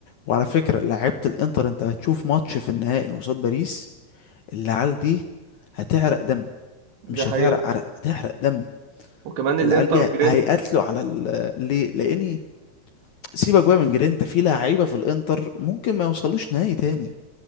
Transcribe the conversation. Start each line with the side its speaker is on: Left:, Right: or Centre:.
Left: وعلى فكرة لعيبة الانتر انت هتشوف ماتش في النهائي قصاد باريس العيال دي هتعرق دم مش
Right: دي حقيقة
Left: هتعرق عرق هتحرق دم
Right: وكمان الانتر
Left: العيال دي
Right: جرينت
Left: هيقاتلوا على ال- ليه لاني سيبك بقى من جرينتا في لعيبه في الانتر ممكن ما يوصلوش نهائي تاني